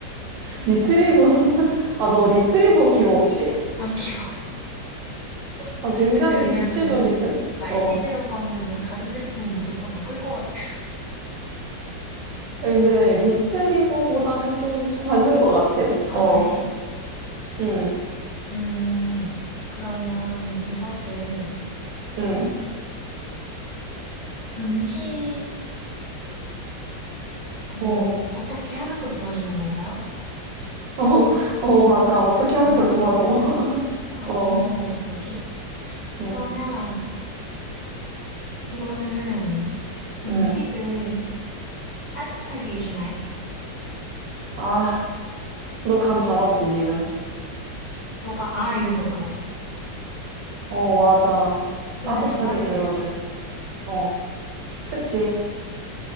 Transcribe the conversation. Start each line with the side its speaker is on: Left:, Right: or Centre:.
Right: 리트리버, <laughs> 아, 너 리트리버 기억 혹시?
Left: 안 귀여워. <laughs>
Right: 아, 굉장히
Left: 근데 왜냐면은
Right: 구체적인데?
Left: 말티즈라고
Right: 어.
Left: 하면은 가전제품은 무조건 더 클 것 같아. <laughs>
Right: 근데 리트리버보다는 좀 작은 것 같아.
Left: 아,
Right: 어,
Left: 그래?
Right: 응,
Left: 음, 그러면 이것은
Right: 응,
Left: 음식을 뭐
Right: 어,
Left: 어떻게 하는 걸 도와주는 건가요?
Right: <laughs> 어, 어, 맞아. 어떻게 하는
Left: 음식을
Right: 걸 도와줘. <laughs>
Left: 아, 어,
Right: 어,
Left: 오케이, 오케이.
Right: 응,
Left: 그러면 이것은 음식을
Right: 응.
Left: 따뜻하게 해주나요?
Right: 아, 너 감 잡았지, 지금?
Left: 너가 아 이래서
Right: 아,
Left: 잡았어.
Right: 어, 맞아.
Left: 근데
Right: 따뜻하게
Left: 두 가지가
Right: 데워줘.
Left: 있어.
Right: 어. 그치?